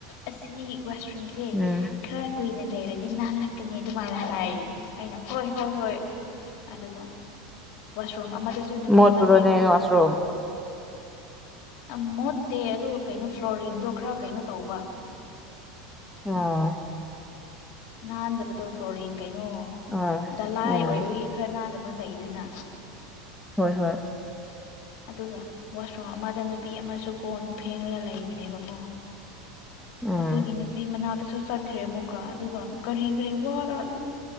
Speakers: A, on the left; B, in the centre.
A: ꯑꯁꯤ ꯋꯥꯁꯔꯨꯝꯁꯦ
B: ꯎꯝ
A: ꯈꯔ ꯀꯨꯏꯅ ꯂꯩꯔꯗꯤ ꯅꯥꯜꯂꯛꯀꯅꯤ ꯑꯗꯨꯃꯥꯏꯅ ꯍꯥꯏꯌꯦ ꯑꯩꯅ ꯍꯣꯏ ꯍꯣꯏ ꯍꯣꯏ ꯑꯗꯨꯒ ꯋꯥꯁꯔꯨꯝ ꯑꯃꯗꯁꯨ ꯅꯨꯄꯤ
B: ꯃꯣꯠꯄ꯭ꯔꯣꯅꯦ
A: ꯑꯃꯁꯦ ꯀꯣ
B: ꯋꯥꯁꯔꯨꯝ
A: ꯑ ꯃꯣꯠꯇꯦ ꯑꯗꯨ ꯀꯩꯅꯣ ꯐ꯭ꯂꯣꯔꯤꯡꯗꯣ ꯈꯔ ꯀꯩꯅꯣ ꯇꯧꯕ
B: ꯑꯣ
A: ꯅꯥꯟꯗꯕꯗꯣ ꯐ꯭ꯂꯣꯔꯤꯡ ꯀꯩꯅꯣ
B: ꯑꯥ
A: ꯗꯂꯥꯏ
B: ꯑꯥ
A: ꯑꯣꯏꯕꯒꯤ ꯈꯔ ꯅꯥꯟꯗꯕ ꯂꯩꯗꯅ
B: ꯍꯣꯏ ꯍꯣꯏ
A: ꯑꯗꯨꯒ ꯋꯥꯁꯔꯨꯝ ꯑꯃꯗ ꯅꯨꯄꯤ ꯑꯃꯁꯨ ꯀꯣꯟ ꯐꯦꯡꯔꯒ ꯂꯩꯕꯅꯦꯕꯀꯣ
B: ꯑꯥ
A: ꯑꯗꯨꯒꯤ ꯅꯨꯄꯤ ꯃꯅꯥꯛꯇꯁꯨ ꯆꯠꯈ꯭ꯔꯦ ꯑꯃꯨꯛꯀ ꯑꯗꯨꯒ ꯀꯔꯤ ꯀꯔꯤ ꯋꯥꯔ ꯑꯗꯨꯝ